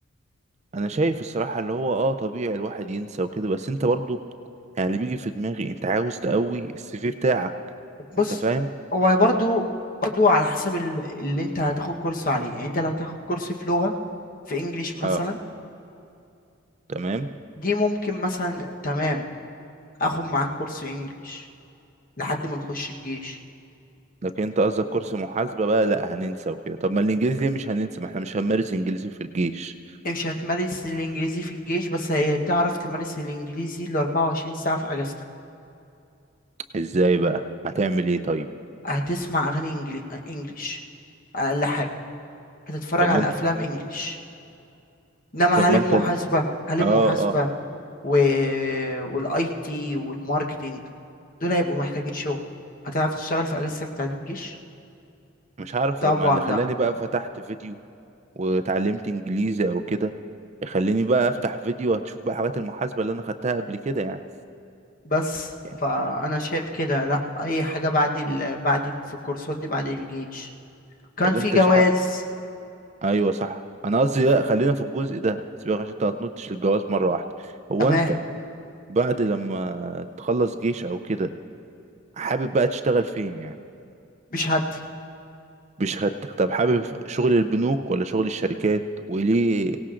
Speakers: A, on the right; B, on the left.
A: انا شايف الصراحة اللي هو اه طبيعي الواحد ينسى وكده بس انت برضو يعني اللي بيجي في دماغي انت عاوز تقوي السي في بتاعك
B: بص
A: انت فاهم
B: هو برضو برضو على حسب ال- اللي انت هتاخد كورس عليه يعني انت لو هتاخد كورس في لغة في انجليش مثلا
A: اه تمام
B: دي ممكن مثلا تمام اخد معاك كورس انجليش لحد ما نخش الجيش
A: لكن انت قصدك كورس محاسبة بقى لا هننسى وكده طب ما الانجليزي ليه مش هننسى ما احنا مش هنمارس انجليزي في الجيش
B: مش هتمارس الانجليزي في الجيش بس هتعرف تمارس الانجليزي ال 24 ساعة في اجازتك
A: ازاي بقى هتعمل ايه طيب
B: هتسمع اغاني انجلي... انجليش اقل حاجة هتتفرج
A: طب
B: على
A: ما انت
B: افلام انجليش انما
A: طب
B: هل
A: ما
B: المحاسبة
A: انت
B: هل المحاسبة
A: اه اه
B: و... والاي تي والماركتينج دول هيبقوا محتاجين شغل هتعرف تشتغل في اجازتك بتاعت الجيش
A: مش عارف
B: طبعا
A: طب ما اللي
B: لا
A: خلاني بقى فتحت فيديو واتعلمت انجليزي او كده يخليني بقى افتح فيديو هتشوف بقى حاجات المحاسبة اللي انا خدتها قبل كده يعني
B: بس
A: يعني
B: فانا شايف كده لا اي حاجه بعد ال... بعد في الكورسات دي بعد الجيش كان
A: طب
B: في
A: وانت
B: جواز
A: شحق ايوه صح انا قصدي لا خلينا في الجزء ده سيبك عشان انت هتنطش للجواز مرة واحدة هو
B: تمام
A: انت بعد لما تخلص جيش او كده حابب بقى تشتغل فين يعني
B: بشهادتي
A: بشهادتك طب حابب شغل البنوك ولا شغل الشركات وليه